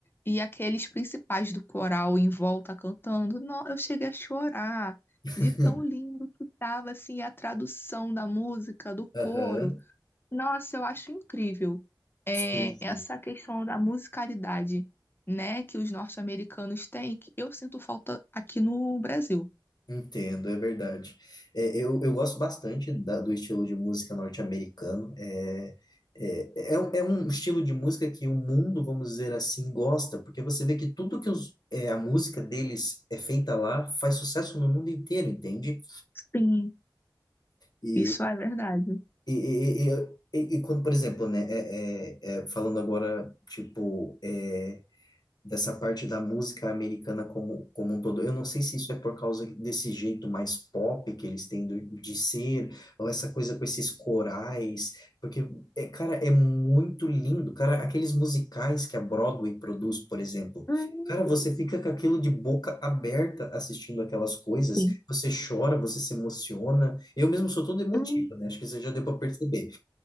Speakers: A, on the left; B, on the left.
A: e aqueles principais do coral em volta cantando. Não, eu cheguei a chorar
B: <laughs>
A: de tão lindo que tava assim a tradução da música, do
B: Aham,
A: coro. Nossa, eu acho incrível. É,
B: Sim, sim.
A: essa questão da musicalidade, né, que os norte-americanos têm, que eu sinto falta aqui no Brasil.
B: Entendo, é verdade. É, eu, eu gosto bastante da- do estilo de música norte-americano. É, é, é, é um é um estilo de música que o mundo, vamos dizer assim, gosta, porque você vê que tudo que os, é, a música deles é feita lá faz sucesso no mundo inteiro, entende?
A: Sim,
B: E,
A: isso é verdade.
B: e, e, e, e- e quando, por exemplo, né, é, é, é, falando agora, tipo. é, dessa parte da música americana como, como um todo. Eu não sei se isso é por causa desse jeito mais pop que eles têm do- de ser, ou essa coisa com esses corais, porque, é, cara, é muito lindo. Cara, aqueles musicais que a Broadway produz, por exemplo.
A: Hum,
B: Cara, você fica com aquilo de boca aberta assistindo aquelas coisas,
A: sim.
B: você chora, você se emociona. Eu mesmo sou todo emotivo,
A: Hum,
B: né? Acho que você já deu para perceber.